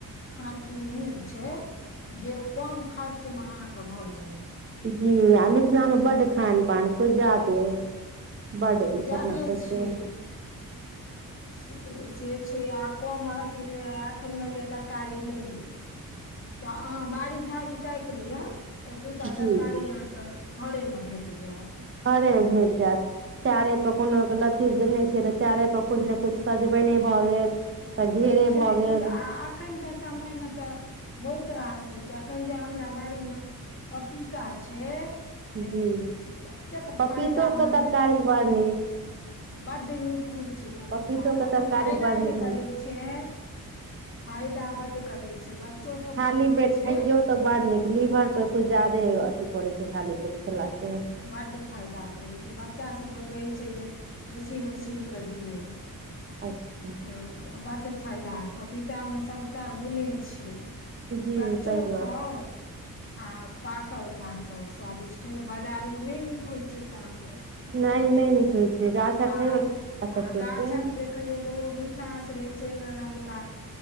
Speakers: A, on the left; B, on the right.
A: खान-पीन एहन छै जे कम खर्च मे अहाँकेँ भऽ जैत
B: जी मिथिलामे बड खान पान किछु जादे बड्ड ई
A: ज्यादे
B: छै अपना सभके
A: छियै से से छियै आ कम अथी मे आ एखन मैन लिअ तरकारी नै अइछै तऽ अहा बाड़ी झाड़ी ताकि लिअ तऽ दूटा तरकारी
B: जी
A: अहाँकेँ घरे मे भेट जायत
B: घरे मे भेट जायत चारे पर कोनो लऽ देने छियै तऽ चारे पर कुछ ने कुछ सजबेने भए गेल तऽ घेरे
A: किछु
B: भऽ
A: ने
B: गेल
A: किछु आ एखन के समय मे त। बहुत राशी छै अखन जे हमरा बड़ी मे पपीता छै से
B: जी
A: नहि पुछू एतेक
B: पपीतो
A: फायदा
B: के
A: मन्द
B: तरकारी बड़ नीक
A: बड़ नीक होइ छै पपीता
B: पपीतो
A: के
B: तरकारी
A: आ फायदा
B: बड़ नीक
A: जे
B: होइ
A: करे छै छै फायदा बड करै छै बच्चो सभके
B: खाली
A: कहै
B: पेट
A: छै
B: खइयौ तऽ बड़ नीक लीवर पे कुछ ज्यादे अथि करे छै खाली पेट खेला से
A: बड्ड फायदा करैत छै बच्चा सभके कहैत छै जे उसीन उसीन कऽ दियौ
B: अच्छा
A: तऽ बड्ड फायदा पपीता मे सभटा गुणे छी
B: जी
A: कचो
B: सही बात
A: खाउ।
B: छै
A: आ पाकल तऽ अहाँकेँ स्वादिष्ट हेव बाजार ओ नहि नीक होय छै पाकल
B: नहि नहि नीक होइ छै गाछक
A: आ
B: खइयौ ने गाछक तोड़
A: गाछ
B: के
A: कऽ जे खौ ओ मि चस रहै छै मे हलका